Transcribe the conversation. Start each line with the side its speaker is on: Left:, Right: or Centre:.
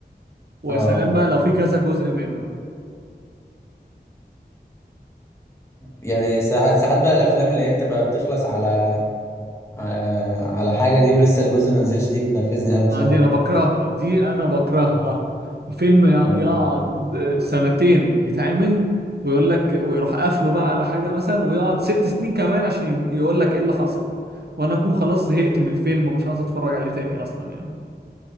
Right: وسلام
Left: اه
Right: بقى لو في كذا جزء منه
Left: يعني ساعات ساعات بقى الافلام اللي هي بتبقى بتخلص على آه، على حاجه دي ولسه الجزء ما نزلش دي بتنرفزني قوي بصراحه
Right: آه، دي انا بكرهها دي انا بكرهها الفيلم يق-
Left: مم.
Right: يقعد سنتين يتعمل ويقول لك ويروح قافله بقى على حاجة مثلا ويقعد ست سنين كمان عشان يقول لك ايه اللي حصل وانا اكون خلاص زهقت من الفيلم ومش عاوز اتفرج عليه تاني اصلا يعني